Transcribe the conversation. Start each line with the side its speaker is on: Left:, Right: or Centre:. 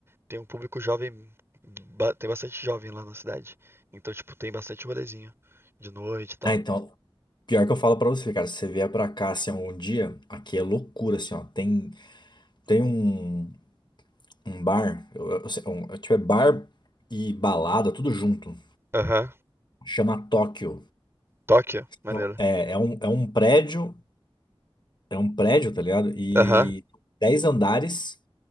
Right: tem um público jovem, ba tem bastante jovem lá na cidade. Então, tipo, tem bastante rolezinho de noite e tal.
Left: Ah, então, pior que eu falo pra você, cara, se você vier pra cá, assim, um dia, aqui é loucura, assim, ó. Tem, tem um, um bar, eu, eu, eu- sei- um- tipo, é bar e balada, tudo junto.
Right: Aham.
Left: Chama Tóquio.
Right: Tóquio, maneiro.
Left: Não, É, é um, é um prédio, é um prédio, tá ligado? E
Right: Aham.
Left: 10 andares,